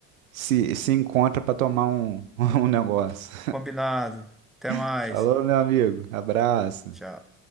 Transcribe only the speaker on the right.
se, se encontra para tomar um, <laughs> um negócio.
<laughs> Falou, meu amigo. Abraço.